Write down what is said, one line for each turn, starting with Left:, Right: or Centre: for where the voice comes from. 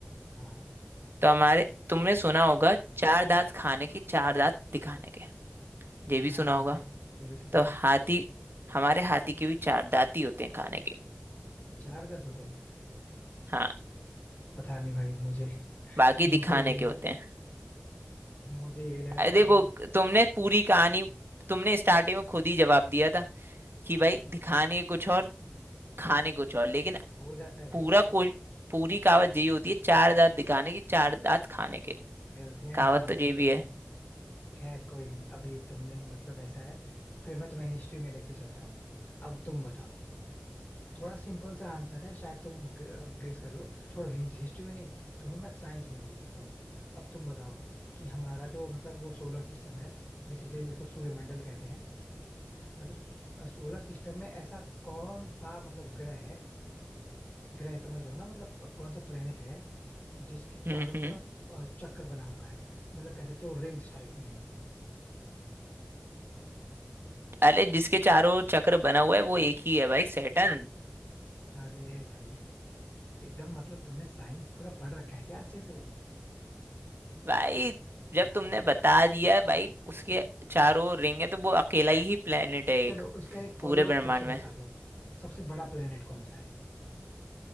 Left: हाँ
Right: तो हमारे तुमने सुना होगा चार दांत खाने के चार दांत दिखाने के ये
Left: हाँ
Right: भी सुना
Left: सुना
Right: होगा
Left: है ये भी सुना
Right: तो
Left: है
Right: हाथी हमारे हाथी के भी चार दांत ही होते हैं खाने के
Left: चार दांत होते हैं
Right: हाँ
Left: पता नहीं भाई मुझे
Right: बाकी
Left: मुझे
Right: दिखाने
Left: यही लगा
Right: के होते
Left: कि
Right: हैं
Left: मुझे यही लगा
Right: अरे
Left: कि
Right: देखो
Left: वो
Right: तुमने पूरी कहानी तुमने स्टार्टिंग में खुद ही जवाब दिया था कि भाई दिखाने कुछ और खाने कुछ और लेकिन
Left: हो जाता है भाई
Right: पूरा कोश पूरी कहावत यही होती है चार दांत दिखाने की चार दांत खाने के
Left: गलतियां
Right: कहावत
Left: इंसान
Right: तो
Left: से
Right: ये
Left: ही होती
Right: भी है
Left: हैं खैर कोई नहीं अभी तुमने मतलब ऐसा है फिर मैं तुम्हें हिस्ट्री में लेके चलता हूँ अब तुम बताओ थोड़ा सिंपल सा आंसर है शायद तुम ग्रेस कर लो छोड़ो हिस्ट्री में नहीं तुम्हें मैं साइंस में लेके चलता हूँ अब तुम बताओ कि हमारा जो मतलब वो सोलर सिस्टम है बेसिकली जिसको सूर्यमंडल कहते हैं मतलब सोलर सिस्टम में ऐसा कौन सा मतलब ग्रह है ग्रह समझ रहे हो ना मतलब कौन सा प्लेनेट है जिसके
Right: हम्म
Left: चारों
Right: हम्म
Left: तरफ अ, चक्र बना हुआ है मतलब कह सकते हो रिंग्स टाइप में है
Right: अरे जिसके चारों ओर चक्र बना हुआ है वो एक ही है भाई सैटर्न
Left: अरे भाई एकदम मतलब तूने साइंस पूरा पढ़ रखा है क्या अच्छे से
Right: भाई जब तुमने बता दिया भाई उसके चारों ओर रिंग है तो वो अकेला ही प्लेनेट है
Left: चलो
Right: एक
Left: उसका एक फॉलो
Right: पूरे ब्रह्मांड
Left: अप क्वेश्चन
Right: में
Left: बता दो सबसे बड़ा प्लेनेट कौन सा है